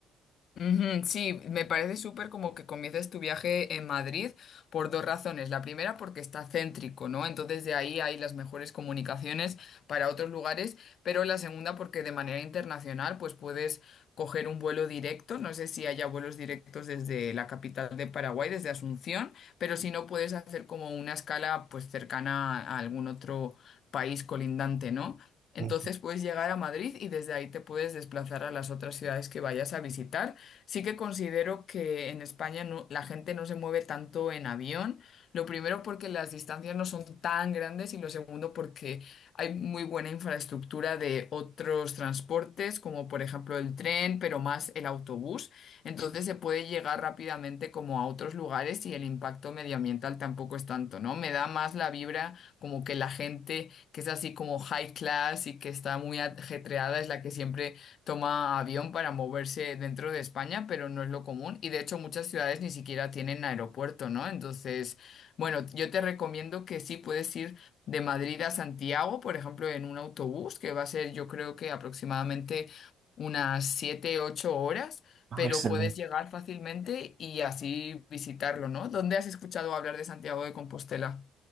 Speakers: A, on the left; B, on the right.
A: Ujú, Sí, me parece súper como que comiences tu viaje en Madrid por dos razones. La primera, porque está céntrico, ¿no? Entonces de ahí hay las mejores comunicaciones para otros lugares, pero la segunda, porque de manera internacional, pues puedes coger un vuelo directo. No sé si haya vuelos directos desde la capital de Paraguay, desde Asunción, pero si no, puedes hacer como una escala pues cercana a algún otro país colindante, ¿no? Entonces
B: Ujú.
A: puedes llegar a Madrid y desde ahí te puedes desplazar a las otras ciudades que vayas a visitar. Sí que considero que en España no- la gente no se mueve tanto en avión. Lo primero porque las distancias no son tan grandes y lo segundo porque hay muy buena infraestructura de otros transportes, como por ejemplo el tren, pero más el autobús. Entonces se puede llegar rápidamente como a otros lugares y el impacto medioambiental tampoco es tanto, ¿no? Me da más la vibra como que la gente que es así como high class y que está muy ajetreada es la que siempre Toma avión para moverse dentro de España, pero no es lo común y de hecho muchas ciudades ni siquiera tienen aeropuerto, ¿no? Entonces, bueno, yo te recomiendo que sí puedes ir de Madrid a Santiago, por ejemplo, en un autobús, que va a ser yo creo que aproximadamente unas siete ocho horas,
B: Ah,
A: pero
B: excelente.
A: puedes llegar fácilmente y así visitarlo, ¿no? ¿Dónde has escuchado hablar de Santiago de Compostela?